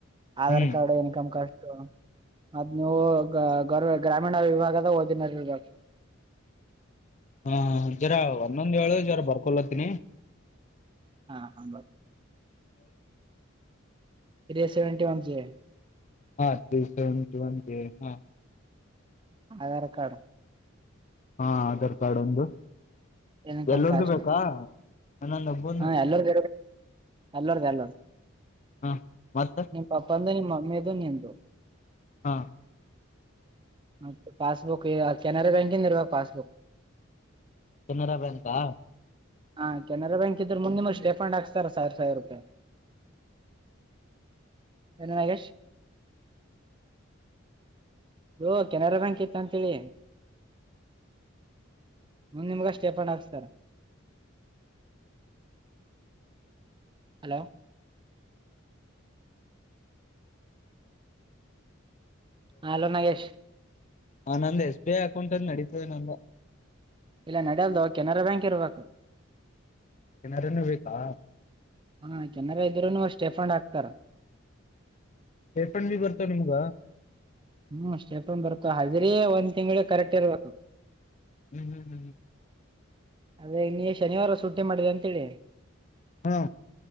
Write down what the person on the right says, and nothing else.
ಆಧಾರ್
ಕಾರ್ಡ್ ಇನ್ಕಮ್ ಕಾರ್ಡ್ ಅದ್ ನೀವು ಗ ಗ್ರಾಮೀಣ ವಿಭಾಗದಾಗ ಓದಿನರಿ ಇರ್ <inaudible> <unintelligible>
ಹಾ ಹಾ ಬ ೀ ಸೆವೆಂಟಿ ಒನ್ ಜ
ಆಧಾರ್ ಕಾರ್ಡ್
ಇನ್ಕಮ್
ಕಾಸ್ಟ್
ಹಾ ಎಲ್ಲಗ ಎಲ್ಲರ್್ದ ಎಲ್ಲರ್
ನಿ ಪಪ್ಪ ಅಂದ ನಿಮ್ಮ ಮಮ್ಮಿದೋ ನಿಂತ
ಮತ್ತೆ ಪಾಸ್ಬುಕ್ ಕೆನರ ಗ್ಯಾಂಕಿಂದ ಇರ್ರುವಾಗ ಪಾಸ್ಬುಕ್
ಹಾ ಕೆನರಾ ಬ್ಯಾಂಕ್ ಇದ್ರರು ಮುಂದಮಷ್ಟ ರೇಫಂಡ್ ಹಾಕ್ಸ್ತಾರ ಸಾವಿರ ಸಾವಿರ ರೂಪಾಯಿ ನು ನಾಗೇಶ್ ಅೋ ಕೆನರಾ ಬ್ಯಾಂಕ್ ಇತ್ತ ಅಂತೇಳಿ ಒಂದ ನಿಮ್ಗಷ್ಟೇಪಣ್ ಹಾಕ್ತಾರ ಹಲೋ ಹ ಅಲೋ ನಾಗೇಶ್
ಇಲ್ಲ ನಡ್ಯಲ್ದು ಕೆನರಾ ಬ್ಯಾಂಕ್ ಇರ್ಬೇಕು
ಹಾ ಜನರ ಇದ್ರುನು ಅಷ್ಟ ರೇಫಂಡ್ ಹಾಕ್ತಾರ
ಹ್ಮ್ ಸೇಪಂದ್ ಬರ್ತ ಹ್ರ ಒಂದ್ ತಿಂಗ್ಳ ಕರೆಕ್ಟ್ ಇರ್ಬೇಕು
ಅದೇ ನೀ ಶನಿವಾರ ಶುಟಿ ಮಾಡಿದೆ ಅಂತೇಳಿ.